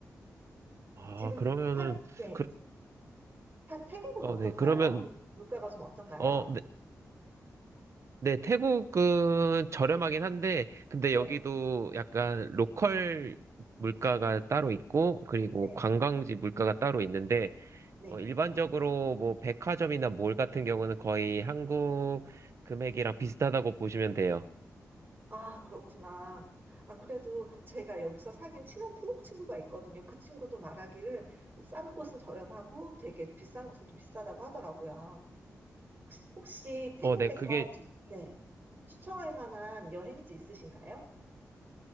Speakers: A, on the right; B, on the right.
A: 아,
B: 지금
A: 그러면은
B: 살, 네.
A: 그,
B: 타- 태국은
A: 어,
B: 어떤가요?
A: 네. 그러면
B: 물, 물가가 좀 어떤가요?
A: 어, 네. 네, 태국은 저렴하긴 한데, 근데
B: 네,
A: 여기도 약간 로컬 물가가 따로 있고, 그리고
B: 네,
A: 관광지 물가가 따로 있는데,
B: 네.
A: 어, 일반적으로 뭐 백화점이나 몰 같은 경우는 거의 한국 금액이랑 비슷하다고 보시면 돼요.
B: 아, 그렇구나. 안 그래도 제가 여기서 사귄 친한 태국 친구가 있거든요. 그 친구도 말하기를 싼 곳은 저렴하고 되게 비싼 곳은 또 비싸다고 하더라고요. 혹시 태국에서
A: 어, 네, 그게,
B: 추- 네, 추천할 만한 여행지 있으신가요?